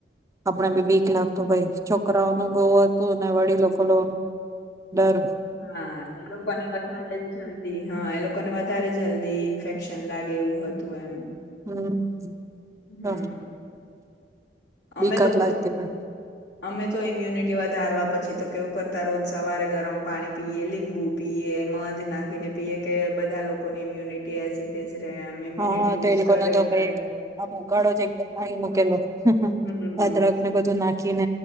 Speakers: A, on the right; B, on the left.
A: આપડે ભી બી ક લખું ભાઈ છોકરાઓ નું ગોત ત
B: હા
A: વડી લોકો લો. <unintelligible>
B: હા એ લોકોને વધારે જલ્દી હા એ લોકોને વધારે જલ્દી ઇન્ફેક્ટ શન લાગે એવું હતું એમ.
A: હમ્મ.
B: હમ અમે
A: બિકટ
B: લોકો
A: લાગતી
B: તો
A: પણ
B: અમે તો ઈમ્યુનિટી વધારવા પછી તો કેવું કરતા રોજ સવારે ગરમ પાણી પીએ, લીંબુ પીએ, મધ નાખીને પીએ, કે બધા લોકો ની ઇમ્યુનિટી એઝ ઇટ ઇઝ રહે એમ ઇમ્યુનિટી
A: હા તો
B: બુસ્ટર
A: એ લોકોના
B: રહે
A: તો
B: ઘરે
A: કઈ આમ ઉકાળો જ એટલે ઉકળી
B: હમ
A: મુૂકેલો
B: હમ
A: અદ્રક ને બધું નાખ કે